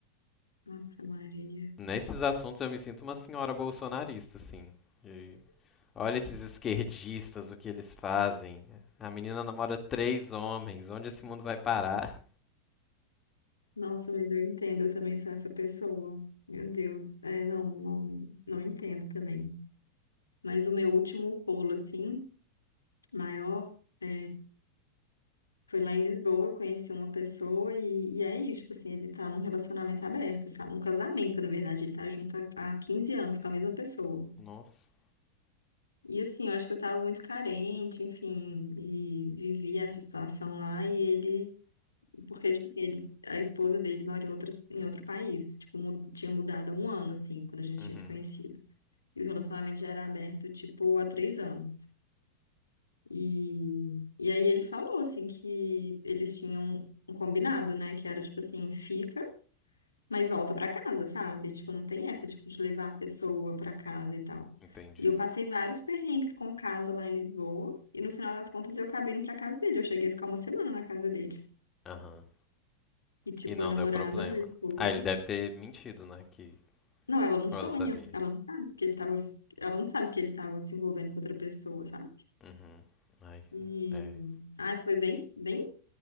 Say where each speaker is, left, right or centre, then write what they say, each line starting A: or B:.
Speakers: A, on the left; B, on the left.
A: Ave Maria.
B: Nesses assuntos eu me sinto uma senhora bolsonarista, assim. De Olha esses esquerdistas, o que eles fazem. A menina namora três homens. Onde esse mundo vai parar?
A: Nossa, mas eu entendo, eu também sou essa pessoa. Meu Deus, é, não, não, não entendo também. Mas o meu último rolo, assim, maior, é, foi lá em Lisboa, eu conheci uma pessoa e, e é isso, tipo assim, ele tá num relacionamento aberto, sabe? Um casamento, na verdade, ele tá junto há, há 15 anos com a mesma pessoa.
B: Nossa.
A: E assim, eu acho que eu tava muito carente, enfim, e vivi essa situação lá e ele Porque, tipo assim, ele, a esposa dele mora em outro, em outro país. Tipo, mu- tinha mudado há um ano, assim, quando a gente
B: Uhum.
A: tinha se conhecido. E o relacionamento já era aberto, tipo, há três anos. E, e aí ele falou, assim, que eles tinham um combinado, né? Que era, tipo assim, fica, mas volta pra casa, sabe? Tipo, não tem essa, tipo, de levar a pessoa pra casa e tal.
B: Entendi.
A: E eu passei vários perrengues com casa lá em Lisboa. E no final das contas, eu acabei indo pra casa dele. Eu cheguei a ficar uma semana na casa dele.
B: Aham.
A: E, tipo,
B: E não
A: a namorada,
B: deu problema.
A: a esposa
B: Ah, ele deve ter mentido, né? Que
A: Não, ela não
B: ou
A: sonha,
B: ela sabia.
A: ela não sabe que ele tava, ela não sabe que ele tava se envolvendo com outra pessoa, sabe?
B: Uhum. Ai,
A: E
B: é.
A: ai, foi bem, bem